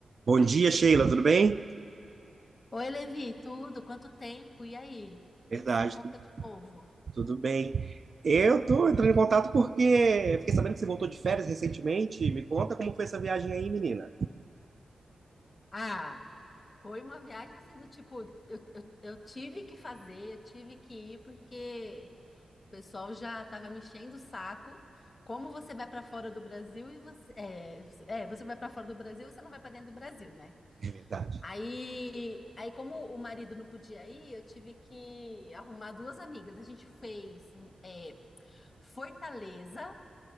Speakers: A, on the right; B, on the left.
A: Bom dia, Sheila, tudo bem?
B: Oi, Levi, tudo? Quanto tempo? E aí? O
A: Verdade,
B: que que você conta
A: tu-
B: de novo?
A: tudo bem. Eu tô entrando em contato porque fiquei sabendo que você voltou de férias recentemente. Me conta como foi essa viagem aí, menina.
B: Ah, foi uma viagem assim do tipo, eu, eu, eu tive que fazer, eu tive que ir porque o pessoal já estava me enchendo o saco. Como você vai para fora do Brasil e você é, é, você vai para fora do Brasil e você não vai para dentro do Brasil, né?
A: É verdade.
B: Aí, aí como o marido não podia ir, eu tive que arrumar duas amigas. A gente fez é, Fortaleza